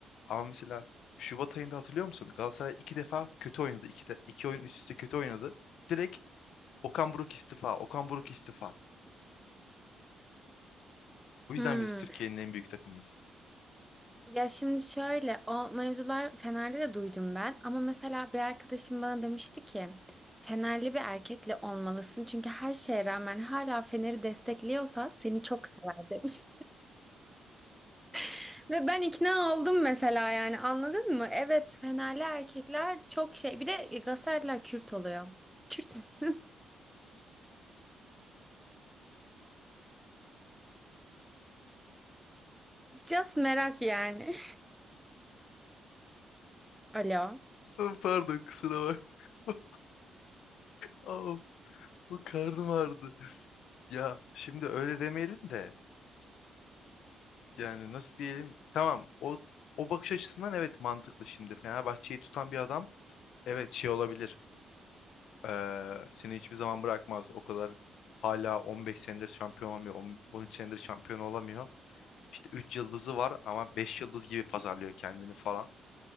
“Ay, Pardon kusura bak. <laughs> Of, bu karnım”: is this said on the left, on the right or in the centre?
Left